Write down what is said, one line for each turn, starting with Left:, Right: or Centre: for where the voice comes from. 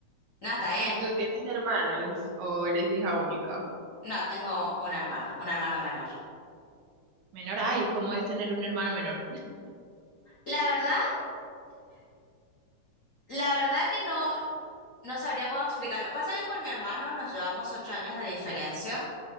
Left: No, está bien.
Right: ¿Y tú tienes hermanos o eres hija única?
Left: No, tengo un hermano, un hermano menor.
Right: Menor, ay, ¿cómo es tener un hermano menor?
Left: La verdad, la verdad que no, no sabría cómo explicarlo. Pasa que con mi hermano nos llevamos ocho años de diferencia.